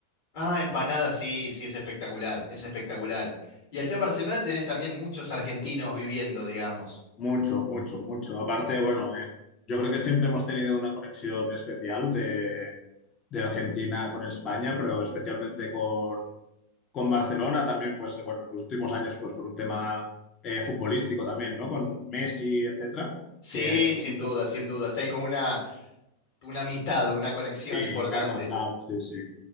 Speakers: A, on the left (about 50°); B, on the left (about 30°).
A: Ah, empanadas, sí, sí, es espectacular, es espectacular. Y allá en Barcelona tenés también muchos argentinos viviendo, digamos.
B: Mucho, mucho, mucho. Aparte, bueno, en- yo creo que siempre hemos tenido una conexión especial de, de Argentina con España, pero especialmente con, con Barcelona también, pues eh, bueno, en los últimos años, pues por un tema eh, futbolístico también, ¿no? Con Messi, etcétera,
A: Sí,
B: que hay como
A: sin
B: un vínculo
A: duda,
B: muy,
A: sin
B: muy
A: duda.
B: fuerte.
A: Sí, hay como una, una amistad, una conexión
B: Sí,
A: importante,
B: una hermandad, sí, sí.